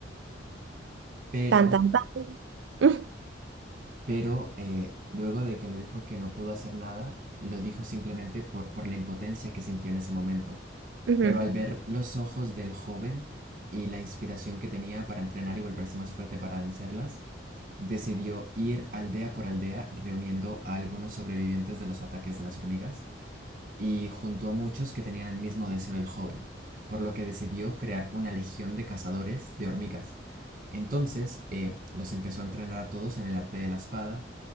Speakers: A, on the right; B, on the right.
A: pero,
B: tan, tan, tan. <laughs>
A: pero, eh, luego de que le dijo que no pudo hacer nada, lo dijo simplemente por, por la impotencia que sintió en ese momento.
B: Ujú,
A: Pero al ver los ojos del joven y la inspiración que tenía para entrenar y volverse más fuerte para vencerlas, decidió ir aldea por aldea reuniendo a algunos sobrevivientes de los ataques de las hormigas y juntó a muchos que tenían el mismo deseo del joven, por lo que decidió crear una legión de cazadores de hormigas. Entonces, eh, los empezó a entrenar a todos en el arte de la espada